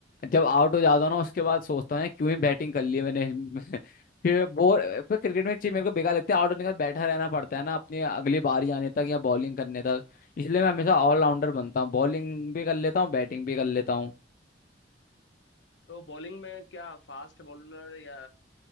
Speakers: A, on the left (about 50°); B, on the left (about 85°).
A: जब आउट हो जाता हूँ ना उसके बाद सोचता हूँ यार, क्यों ही बैटिंग कर ली मैंने <laughs> फिर बोर पर क्रिकेट में एक चीज मेरे को बेकार लगती है आउट होने के बाद बैठा रहना पड़ता है ना अपनी अगली बारी आने तक या बॉलिंग करने तक इसलिए मैं हमेशा ऑलराउंडर बनता हूँ बॉलिंग भी कर लेता हूँ बैटिंग भी कर लेता हूँ
B: तो बॉलिंग में क्या फास्ट बॉलर या